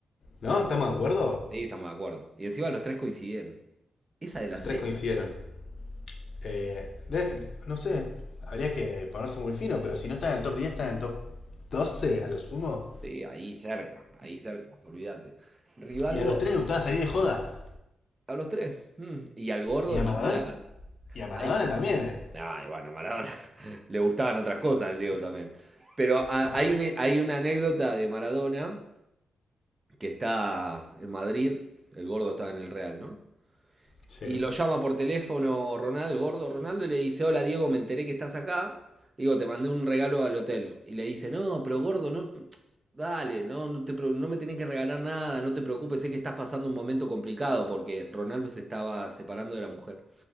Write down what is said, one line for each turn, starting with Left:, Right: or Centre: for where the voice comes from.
Left: ¿No? ¿Estamos de acuerdo?
Right: sí, estamos de acuerdo. Y encima los tres coincidieron. Esa delantera,
Left: Los tres coincidieron. Eh, de- no sé, habría que ponerse muy fino, pero si no está en el top diez está en el top 12 a lo sumo.
Right: sí, ahí cerca, ahí cerca, olvídate. Rivaldo
Left: Y a los tres les gustaba salir de joda.
Right: a los tres, mm, y al gordo
Left: Y a
Right: ni
Left: Maradona.
Right: hablar.
Left: Y a Maradona
Right: Hay,
Left: también, ¿eh?
Right: Ay, bueno, Maradona <laughs> le gustaban otras cosas al Diego también. Pero ah,
Left: Claro.
Right: hay, una, hay una anécdota de Maradona que está en Madrid, el gordo estaba en el Real, ¿no?
Left: Sí.
Right: Y lo llama por teléfono Ronaldo, el gordo Ronaldo, y le dice, hola Diego, me enteré que estás acá. Digo, te mandé un regalo al hotel. Y le dice, no, pero gordo, no, dale, no, no, te pre- no me tenés que regalar nada, no te preocupes, sé que estás pasando un momento complicado porque Ronaldo se estaba separando de la mujer.